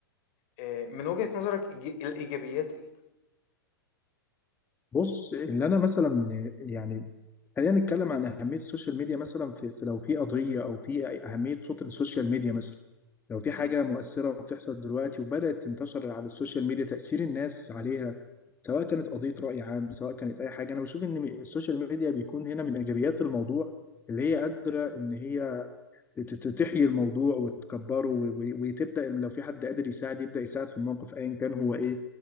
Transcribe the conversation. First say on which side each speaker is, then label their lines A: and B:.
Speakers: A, on the left; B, on the left.
A: آآ من وجهة نظرك إيج الإيجابيات إيه؟
B: بص اللي انا مثلا يعني خلينا نتكلم عن اهميه السوشيال ميديا مثلا في في- لو في قضيه او في أي- اهميه صوت السوشيال ميديا مثلا لو في حاجه
A: إمم.
B: مؤثره بتحصل دلوقتي وبدات تنتشر على السوشيال ميديا تاثير الناس عليها سواء كانت قضيه راي عام سواء كانت اي حاجه انا بشوف ان السوشيال ميديا بيكون هنا من ايجابيات الموضوع اللي هي قادره ان هي ت- ت- تحيي الموضوع وتكبره و- و- وتبدا لو في حد قادر يساعد يبدا يساعد في الموقف ايا كان هو ايه